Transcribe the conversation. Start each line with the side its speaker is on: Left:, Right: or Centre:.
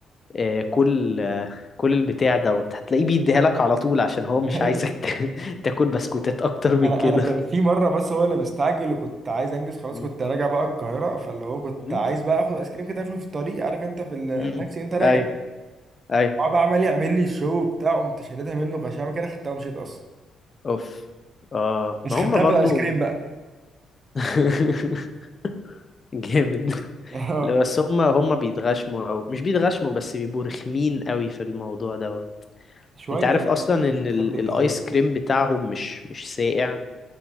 Left: آه، كل آه، كل البتاع دوت هتلاقيه بيديها لك على طول عشان هو مش
Right: <laughs> أيوة.
Left: عايزك تا- <laughs> تاكل بسكوتات اكتر من
Right: انا
Left: كده
Right: انا كان في مره بس هو اللي مستعجل وكنت عايز انجز خلاص
Left: مم.
Right: كنت راجع بقى القاهره فاللي هو كنت
Left: مم.
Right: عايز بقى اخد ايس كريم كده اكله في الطريق عارف انت في التاكسي
Left: مم.
Right: انت راجع
Left: ايوه ايوه
Right: هو بقى عمال يعمل لي الشو بتاعه قمت شاردها منه بغشامه كده خدتها ومشيت اصلا
Left: اوف اه
Right: بس
Left: ما
Right: خدتها
Left: هم برضو
Right: بالايس كريم بقى
Left: <laughs> جامد
Right: اه
Left: لا بس هم هم بيتغشموا او مش بيتغشموا بس بيبقوا رخمين قوي في الموضوع دوت
Right: <laughs> شويه
Left: انت عارف
Right: يعني
Left: اصلا
Right: مش
Left: ان
Right: بتحب
Left: ال-
Right: الهزار
Left: الايس كريم بتاعهم مش مش ساقع